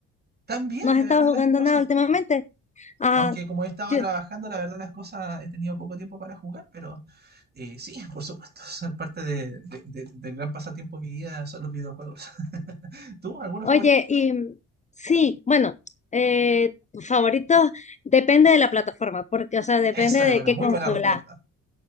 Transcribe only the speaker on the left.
no has
estado
jugando
nada últimamente? Ah,
yo-
oye,
y mm, sí, bueno, eh, tus favoritos depende de la plataforma, porque, o sea, depende
de
qué
consola.